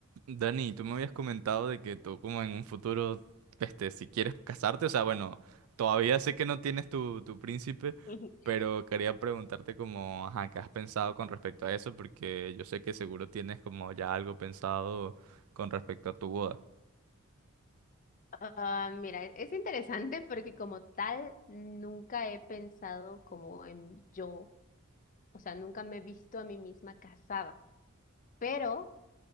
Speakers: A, on the right (about 80°); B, on the left (about 40°).
A: Dani, tú me habías comentado de que tú como en un futuro, este, si quieres casarte, o sea, bueno, todavía sé que no tienes tu, tu príncipe,
B: <laughs>
A: pero quería preguntarte como, ajá, ¿qué has pensado con respecto a eso? Porque yo sé que seguro tienes como ya algo pensado con respecto a tu boda.
B: Ah, mira, e-, es interesante porque como tal nunca he pensado como en yo, o sea, nunca me he visto a mí misma casada, pero